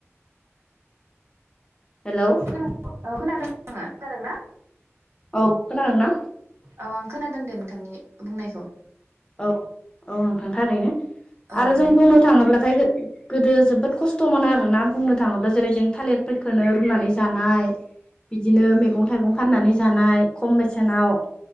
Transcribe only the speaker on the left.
हेलौ
औ खोनादों ना?
औ औ नोंथां थारैनो
आरो
जों बुंनो थाङोब्लाथाय गो गोदो जोबोद खस्थ' मोनो आरोना बुंनो थाङोब्ला जेरै जों थालिर फोरखोनो रुनानै जानाय। बिदिनो मैगं थाइगं फाननानै जानाय खम बेसेनाव।